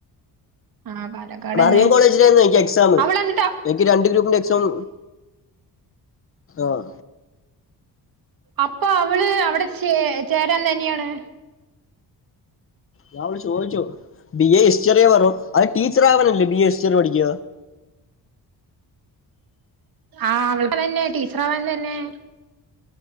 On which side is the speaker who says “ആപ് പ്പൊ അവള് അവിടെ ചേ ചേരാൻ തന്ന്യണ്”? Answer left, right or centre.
Right